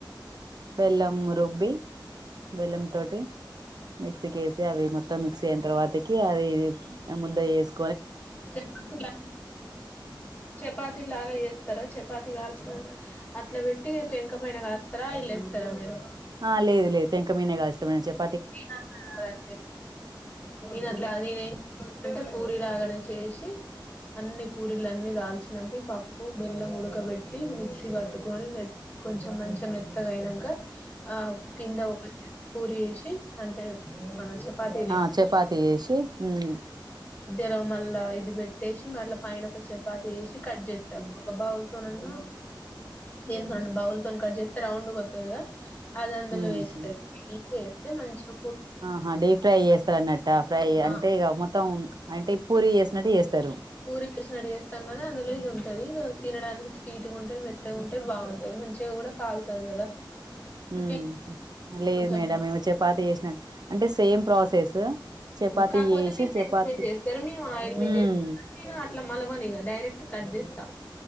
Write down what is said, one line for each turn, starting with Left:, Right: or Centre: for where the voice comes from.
Right: బెల్లం రుబ్బి బెల్లం తోటి మిక్సీకి వేసి అవి మొత్తం మిక్సీ అయిన తర్వాతకి అది ముద్దగా చెస్
Left: చపాతి లా చపాతి లాగా చెస్తారా చపాతి కాల్చిన అట్లా పెట్టి పెంక పైన కాస్తారా ఆయిల్లు ఎస్తారా మీరు
Right: ఆ లేదు లేదు పెంక మీనేే కాలిస్తా చెప్పి
Left: మీరన్ననెను అట్ల కాదు నేనేం చేస్తానంటె పూరి లాగనే చేసి అన్ని పూరీలు అన్నిదాల్చినంక ఈ పప్పు బెల్లం ఉడకబెట్టి మిక్సీ పట్టుకొని మె కొంచెం మంచిగ మెత్తగా అయినంక ఆ కింద ఒకటి పూరి ఏసి అంతెమనం చెప్ పాతినే
Right: ఆ చపాతి చేసి ఉమ్
Left: మద్యలోమళ్ళా ఇది పెట్టేసి మళ్ళ పైన ఒక చపాతి వేసి కట్ చేస్తాం ఒక బౌల్తోనన్న నేనుదాన్నిబౌల్. తోనికట్'జెతె రౌండ్ గొత్తది కదా అది అందులో
Right: ఉమ్
Left: వేస్తా వేస్తే మంచిగ
Right: ఆహా డీప్ ఫ్రై చేస్తారు అన్నట్ట ఫ్రై
Left: ఆ
Right: అంటే ఇక మొత్తం అంటే పూరి చేేసినట్టు చేస్తారు
Left: పూరి చేసినట్టుచేస్తాం గదఅందులో ఇది ఉంటంది ఇదితినడానికి స్వీట్గా ఉంటయి మెత్తగా ఉంటయి. బావుంటయి మంచిగా కూడా కాల్తది కదా
Right: ఉ
Left: ఈ
Right: లేదు
Left: కొంచెం
Right: మేడం మెము చపాతి చేసినట్టే అంటే సేమ్ ప్రాసెస్ చపాతి
Left: కాకపోతే
Right: చేసి
Left: మీరు
Right: చపాతి
Left: పెంకపైన చేస్తారు మేము ఆయిల్‌మీద
Right: ఉమ్
Left: చెస్త నేను అట్లా మలవనిగా డైరెక్ట్ కట్‌ చేస్తా